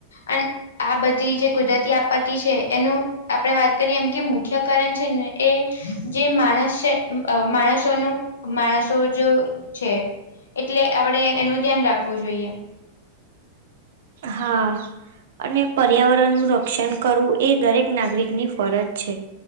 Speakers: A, on the left; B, on the right.
A: અને આ બધી જે કુદરતી આપત્તિ છે એનું આપણે વાત કરીએ એમ કે મુખ્ય કારણ છે ને એ જે માણસ છે અ માણસોનું માણસો જ છે. એટલે આપડે એનું ધ્યાન રાખવું જોઈએ.
B: હા અને પર્યાવરણનું રક્ષણ કરવું એ દરેક નાગરિક ની ફરજ છે.